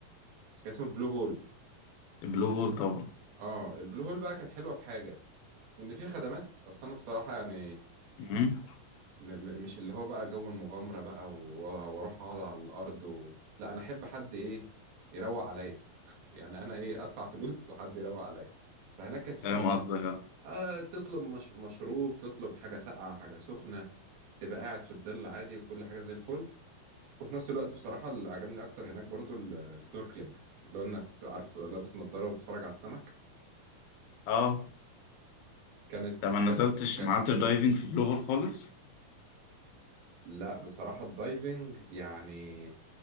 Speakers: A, on the right; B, on the left.
A: كان اسمه بلو هول
B: بلو هول طبعا
A: اه البلو هول بقى كانت حلوه في حاجه ان فيها خدمات اصل انا بصراحه يعني
B: مم.
A: م م مش اللي هو بقى جو المغامرة بقى و- واروح اقعد على الارض و... لا انا احب حد ايه يروق عليا يعني انا ايه ادفع فلوس وحد يروق عليا فهناك كانت في
B: فاهم
A: خدمات
B: قصدك اه
A: آه تطلب مش... مشروب تطلب حاجة ساقعة حاجة سخنة تبقى قاعد في الظل عادي وكل حاجة زي الفل وفي نفس الوقت بصراحة اللي عجبني اكتر هناك برضو السنوركلينج اللي هو انك عارف تبقى لابس نظارة وبتتفرج على السمك
B: اه
A: كانت
B: انت ما نزلتش
A: ك... كانت
B: ما عملتش
A: حلوة
B: دايفنج في بلو هول خالص
A: لا بصراحة الدايفنج يعني